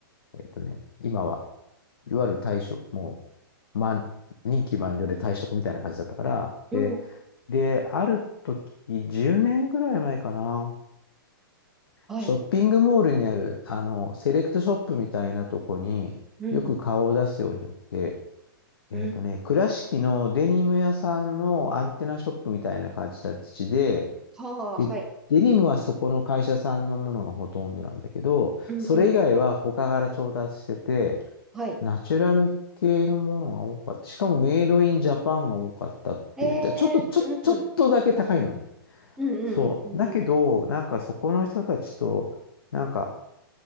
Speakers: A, on the left; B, in the centre.
A: えっとね、今は、いわゆる退職、もう、満、任期満了で退職みたいな感じだったから、
B: うん。
A: で、で、ある時、10年ぐらい前かな、
B: はい。
A: ショッピングモールにある、あの、セレクトショップみたいなとこによく顔を出すようになって、
B: うん。
A: えっとね、
B: うん。
A: 倉敷のデニム屋さんのアンテナショップみたいな感じで、
B: はあ、
A: で、
B: はい。
A: デニムはそこの会社さんのものがほとんどなんだけど、
B: うんうん。
A: それ以外は他から調達してて、
B: はい。
A: ナチュラル系のものが多かった。しかもメイドインジャパンが多かったって言ったら。
B: え
A: ちょっと、
B: え、
A: ちょっと、
B: うん。
A: ちょっとだけ高いのね。
B: うんうんうんうん
A: そう。だけど、なんかそこの人たちと、なんか、